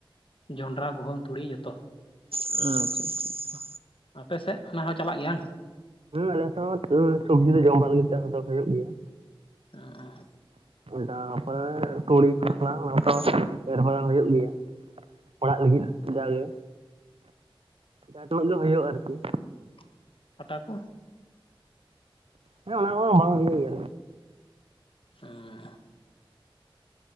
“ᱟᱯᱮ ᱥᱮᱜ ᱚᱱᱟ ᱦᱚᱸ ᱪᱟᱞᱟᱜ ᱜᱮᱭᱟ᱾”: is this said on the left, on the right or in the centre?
Left